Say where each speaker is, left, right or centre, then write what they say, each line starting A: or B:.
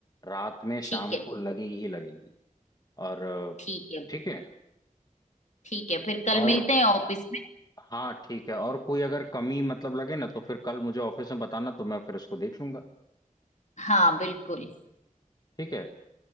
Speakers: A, on the left; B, on the left.
A: रात में शाम
B: ठीक है
A: को लगेगी ही लगेगी और अ,
B: ठीक है
A: ठीक है
B: ठीक है फिर कल
A: और
B: मिलते हैं ऑफिस में
A: हाँ ठीक है और कोई अगर कमी मतलब लगे ना तो फिर कल मुझे ऑफिस में बताना तो मैं फिर उसको देख लूंगा
B: हाँ बिल्कुल
A: ठीक है